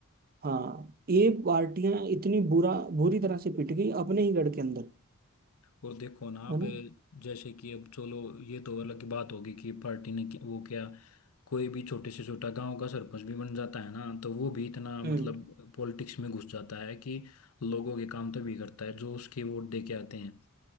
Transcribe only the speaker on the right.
हाँ ये पार्टियां इतनी बुरा बुरी तरह से पिट गई अपने ही गढ़ के अंदर
है ना
हम्म